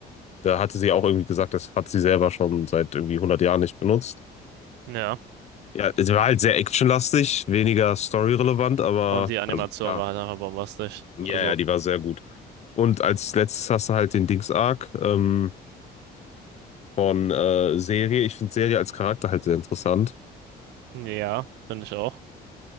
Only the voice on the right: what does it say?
Ja.
Und die Animation
war halt einfach bombastisch.
Also,
ja, finde ich auch.